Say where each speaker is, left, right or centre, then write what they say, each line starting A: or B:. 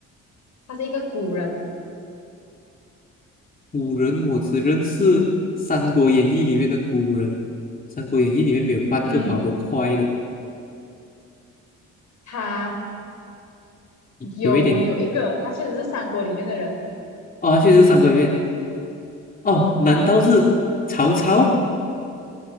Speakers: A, on the left; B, on the left.
A: 他是一个古人，
B: 古人我只认识《三国演义》里面的古人，《三国演义》里面没有半个跑得快的，
A: 嗯，他有有一个，
B: 有一点
A: 他确实是三国里面的人。
B: 哦，确实是三国里面哦，难道是曹操？
A: <laughs> 哈，